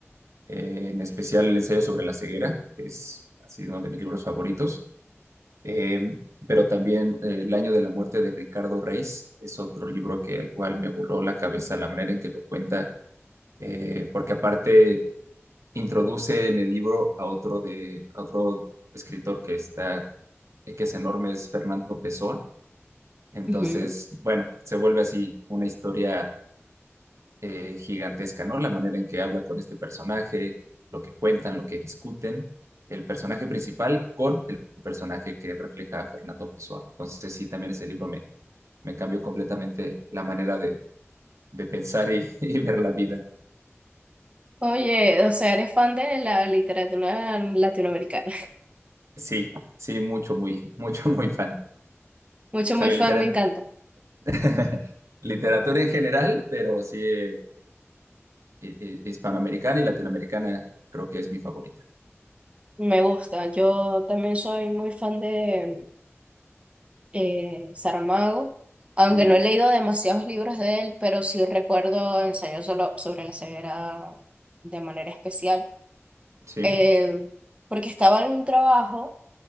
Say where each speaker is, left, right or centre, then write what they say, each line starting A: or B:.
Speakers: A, on the right; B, on the right.
A: Eh, en especial el ensayo sobre la ceguera, que es así uno de mis libros favoritos. Eh, pero también eh, El año de la muerte de Ricardo Reis es otro libro que igual me voló la cabeza la manera en que lo cuenta, eh, porque aparte introduce en el libro a otro, de, a otro escritor que está, eh, que es enorme, es Fernando Pessoa. Entonces,
B: Ujú.
A: bueno, se vuelve así una historia eh, gigantesca, ¿no? La manera en que habla con este personaje, lo que cuentan, lo que discuten, el personaje principal con el personaje que refleja a Fernando Pessoa. Entonces, sí, también ese libro me, me cambió completamente la manera de, de pensar y, <laughs> y ver la vida.
B: Oye, o sea, eres fan de la literatura latinoamericana.
A: Sí, sí, mucho, muy, <laughs> mucho, muy fan.
B: Mucho,
A: Sale
B: muy fan,
A: litera-
B: me encanta.
A: <laughs> literatura en general, pero sí, eh, hi- hi- hispanoamericana y latinoamericana creo que es mi favorita.
B: Me gusta. Yo también soy muy fan de eh, Saramago, aunque
A: Ujú,
B: no he leído demasiados libros de él, pero sí recuerdo Ensayo solo sobre la ceguera de manera especial.
A: Sí,
B: Eh, porque estaba en un trabajo